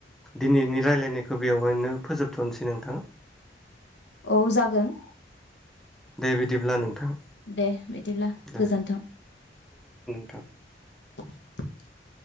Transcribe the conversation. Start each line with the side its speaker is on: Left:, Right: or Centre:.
Centre: दिनैनि रायलायनायखौ बेवहायनो फोजोबथ'नोसै नोंथां
Left: औ जागोन
Centre: दे बिदिब्ला नोंथां
Left: दे बिदिब्ला
Centre: दे
Left: गोजोन्थों
Centre: <inaudible>
Left: <inaudible>